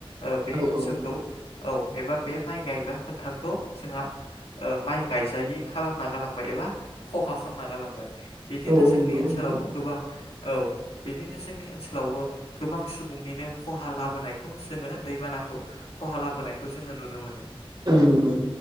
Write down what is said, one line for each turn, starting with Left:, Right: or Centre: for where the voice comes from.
Left: ओ बे
Right: औ
Left: ओनसोलखौ
Right: औ
Left: औ एबा बे माइ गाय गायग्रा फोथारखौ जोंहा ओ माइ गायजायि खालामना गालांबाय एबा खहा खालामना गालांबाय बिदिनो
Right: औ औ
Left: जोंनि
Right: नंगौ
Left: ओनसो
Right: नोंथां
Left: सोलावबो गोबां औ बिदिनो जोंनि ओनसोलावबो गोबां सुबुंनिनो खहा लाबोनायखौ जोङो दैबानाखौ खहा लाबोनायखौ जोङो नुनो मोनो। <unintelligible>
Right: औ नंगौ।